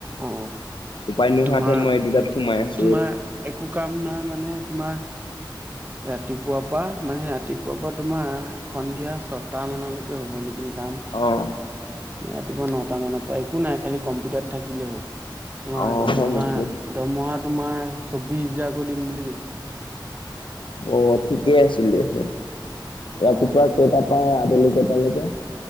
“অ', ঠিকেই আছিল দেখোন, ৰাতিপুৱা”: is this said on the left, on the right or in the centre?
Left